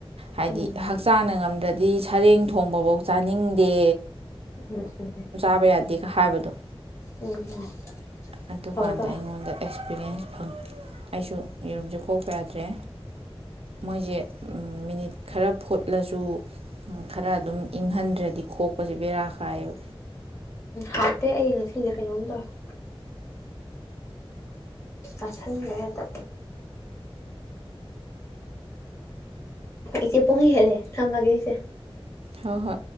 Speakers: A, on the right (about 80°); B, on the left (about 30°).
A: ꯍꯥꯏꯗꯤ
B: ꯎꯝ
A: ꯍꯛꯆꯥꯡꯅ ꯉꯝ ꯑꯗꯗꯤ ꯁꯔꯦꯡ ꯊꯣꯡꯕꯐꯧ ꯆꯥꯅꯤꯡꯗꯦ
B: ꯎꯝ ꯎꯝ
A: ꯊꯥꯕ ꯌꯥꯗꯦꯒ ꯍꯥꯏꯕꯗꯣ
B: ꯎꯝ ꯎꯝ
A: ꯑꯗꯨ
B: ꯇꯧꯔꯦ
A: ꯀꯥꯟꯗ
B: ꯇꯧꯔꯦ
A: ꯑꯩꯉꯣꯟꯗ ꯑꯦꯛꯁꯄꯤꯔꯤꯌꯦꯟꯁ ꯐꯪꯉ ꯑꯩꯁꯨ ꯌꯨꯝ ꯈꯣꯛꯄ ꯌꯥꯗ꯭ꯔꯦ ꯃꯣꯏꯁꯦ ꯃꯤꯅꯤꯠ ꯈꯔ ꯐꯨꯠꯂꯁꯨ ꯈꯔ ꯑꯗꯨꯝ ꯏꯪꯍꯟꯗ꯭ꯔꯗꯤ ꯈꯣꯛꯄꯁꯦ ꯕꯦꯔꯥ ꯀꯥꯏꯌꯦꯕ
B: ꯍꯥꯞꯇꯦ ꯑꯩ ꯉꯁꯤꯁꯦ ꯀꯩꯅꯣꯝ ꯇꯧꯋꯦ ꯑꯆꯥꯥ ꯃ ꯇ ꯏꯁꯤ ꯄꯍꯤ ꯍꯦꯂꯦ ꯊꯝ ꯂꯒꯦꯁꯦ
A: ꯍꯣꯏ ꯍꯣꯏ